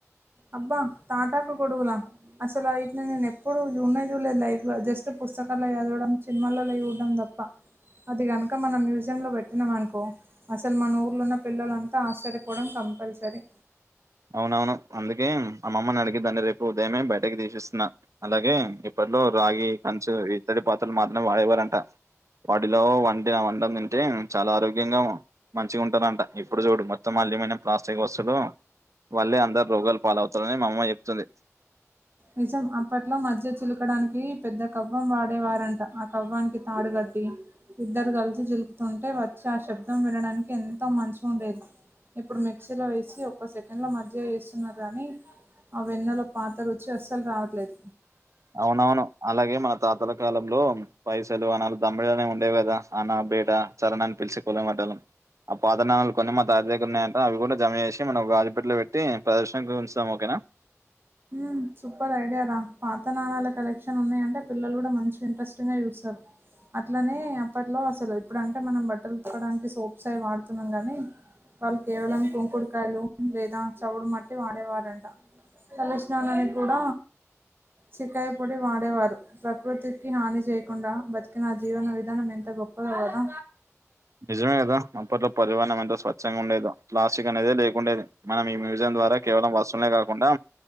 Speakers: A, on the right; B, on the right.
A: అబ్బా తాటాకు గొడుగులా? అసలు అయిట్నే నేను ఎప్పుడు చూడనే చూడలేదు లైఫ్ లో జస్ట్ పుస్తకాల్లో చదవడం సినిమాల్లల్లో చడడం తప్ప అది కనుక మనం మ్యూజియ లో పెట్టినం అనుకో అసలు మన ఊర్లో ఉన్న పిల్లలంతా ఆశ్చర్యపోవడం కంపల్సరీ.
B: అవునవును. అందుకే అమ్మమ్మని అడిగి దాన్ని రేపు ఉదయమే బయటకి తీసిస్తున్నా. అలాగే ఇప్పట్లో రాగి, కంచు, ఇత్తడి ఇత్తడి పాత్రలు మాత్రమే వాడేవారంట. వాటిలో వంటిన వంటని తింటే చాలా ఆరోగ్యంగా మంచిగా ఉంటారంట. ఇప్పుడు చూడు మొత్తం అల్యూమినియం, ప్లాస్టిక్ వస్తువులు వాళ్లేే అందరు రోగాలు పాలవుతారని మా అమ్మ చెప్తుంది.
A: నిజం అప్పట్లో మజ్జిగ చిలుకడానికి పెద్ద కవ్వం వాడేవారంట. ఆ కవ్వానికి తాడుగట్టి, ఇద్దరు కలిసి జిలుకుతుంటే వచ్చి ఆ శబ్దం వినడానికి ఎంత మంచిగ ఉండేది. ఇప్పుడు మిక్సీలో వేసి ఒక్క సెకండ్ లో మజ్జిగ చేస్తున్నారు కాని, ఆ వెన్నెలో పాత్ర చ్చసలు రావట్లేదు
B: అవునవును. అలాగే మన తాతల కాలంలో పైసలు, అనాలు, దమ్మిడిలనే ఉండేవి కదా! అనా, బేడ. సరన్ అని పిలిచి కోలెమడ్డలం ఆ పాతనాణలు కొన్ని మా తాత దగ్గర ఉన్నాయంట. అవి కూడా జమ చేసి మనం గాజు పెట్టిలో పెట్టి ప్రదర్శన కి ఉంచుదాం ఓకేనా.
A: మ్ సూపర్ ఐడియా రా. పాత నాణాల కలెక్షన్ ఉన్నాయంటే పిల్లలు కూడ మంచి ఇంట్రెస్టింగ్గా చూస్తారు. అట్లనే అప్పట్లో అసలు ఇప్పుడు అంటే మనం బట్టలు ఉతకడానికి సోప్స్ అవి వాడుతున్నాం కానీ, వాళ్ళు కేవలం కుంకుడుకాయలు లేదా చవుడు మట్టి వాడేవారంట. తలస్ స్నానానికి కూడ షికాయి పొడి వాడేవారు. ప్రకృతికి హాని చేయకుండా బతికిన జీవన విధానం ఎంత గొప్పదో కదా,
B: నిజమే కదా అప్పట్లో పరివనం ఎంతో స్వచ్ఛంగుండేదో ప్లాస్టిక్ అనేదే లేకుండేది మనం ఈ మ్యూజియం ద్వారా కేవలం వస్సువులే కాకుండా